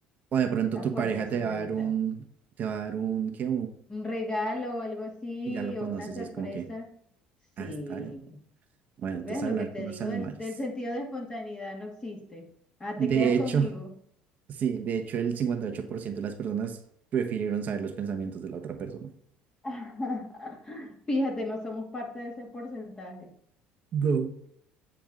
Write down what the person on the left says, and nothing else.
está
fuerte
esa
pregunta.
Un regalo o algo así
o una sorpresa.
Sí.
¿Ves
lo que te
digo?
Del, del sentido de espontaneidad no existe. Ah,
te quedas conmigo.
<laughs> Fíjate, no somos parte de ese porcentaje.